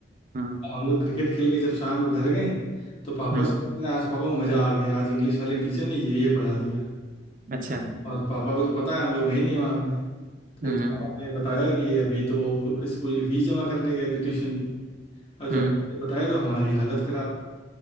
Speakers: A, on the right (about 50°); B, on the left (about 30°).
A: हम्म
B: हम लोग क्रिकेट खेल के जब शाम को घर गए तो पापा
A: हम्म,
B: से बोल रहे हैं, आज पापा मजा आ गया आज इंग्लिश वाले टीचर ने ये ये पढ़ा दिया
A: अच्छा
B: और पापा को तो पता है हम लोग हैं ही नहीं वहाँ पे फिर
A: हम्म
B: पापा ने बताया कि अभी तो स्कूल की फीस जमा करने गए थे ट्यूशन की और जब
A: हम्म
B: मुझे बताया तो हमारी हालत खराब